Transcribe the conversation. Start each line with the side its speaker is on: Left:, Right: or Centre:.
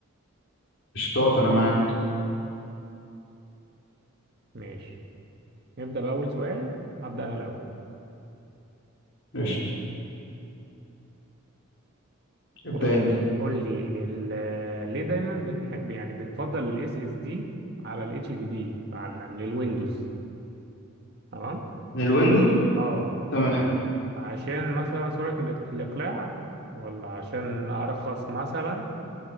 Left: قشطات انا معاك
Right: ماشي نبدأ بأول سؤال هبدأ أنا الأول
Left: قشط ابدأ
Right: قول لي
Left: انت
Right: قول لي ال- آه، ليه دايما بنحب يعني بنفضل ال SSD على ال HDD على للويندوز تمام
Left: الويندوز
Right: اه
Left: تمام
Right: عشان مثلا سرعة الإت- الإقلاع ولا عشان أرخص مثلا